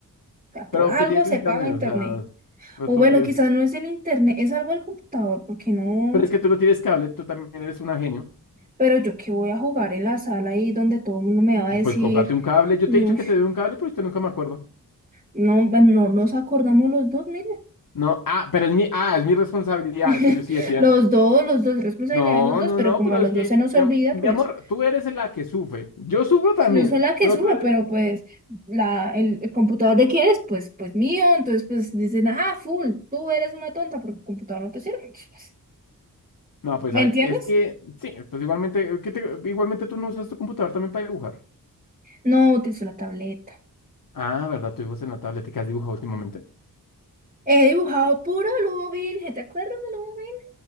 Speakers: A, on the right; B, on the left.
A: O sea, por
B: Pero
A: algo
B: ¿qué tiene tu
A: se
B: internet?
A: paga internet.
B: O sea, pero
A: O
B: tú
A: bueno,
B: tienes-
A: quizás no es el internet, es algo del computador, porque no.
B: pero es que tú lo tienes cable, tú también eres una genio.
A: Pero yo qué voy a jugar en la sala ahí donde todo el mundo me va a decir,
B: Pues cómprate un cable. Yo
A: yo,
B: te he dicho que te doy un cable, pero usted nunca me acuerdo.
A: no, bueno, no nos acordamos los dos, miren.
B: No, ah, pero es mi, ah, es mi responsabilidad.
A: <laughs>
B: Es que yo sí decía.
A: Los dos, los dos, responsabilidad
B: No,
A: de los dos,
B: no,
A: pero
B: no,
A: como
B: pero
A: a los
B: es que,
A: dos se nos
B: mi,
A: olvida,
B: am- mi
A: pues
B: amor, tú eres la que sufre. Yo sufro también,
A: yo soy la que
B: pero
A: es uno,
B: tú eres
A: pero pues la, el, el computador de quién es, pues, pues mío. Entonces, pues dicen, ah, full, tú eres una tonta porque el computador no te sirve. <laughs>
B: No, pues
A: ¿Me
B: a-
A: entiendes?
B: es que, sí, pues igualmente, ¿qué te- igualmente tú no usas tu computador también para dibujar.
A: No utilizo la tableta.
B: Ah, ¿verdad? Tú dibujas en la tablet. ¿Y qué has dibujado últimamente?
A: He dibujado puro Lubin. ¿Te acuerdas de Lubin?